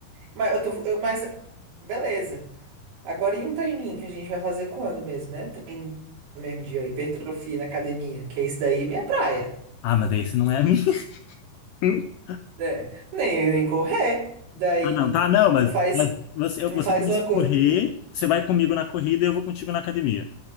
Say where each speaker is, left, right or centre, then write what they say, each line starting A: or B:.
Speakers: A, on the right (about 85°); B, on the left (about 85°).
A: Mas eu tô, eu- mas beleza. Agora e um treininho que a gente vai fazer quando mesmo, né? No mesmo dia, hipertrofia na academia, que é isso daí, minha praia.
B: Ah, mas esse não é a minha. <laughs>
A: né? Nem, nem correr. Daí
B: Ah, não, tá, não,
A: um
B: mas,
A: faz,
B: mas você, eu-
A: um
B: você
A: faz
B: começa
A: uma
B: a
A: coisa,
B: correr,
A: outro faz... outra.
B: você vai comigo na corrida e eu vou contigo na academia.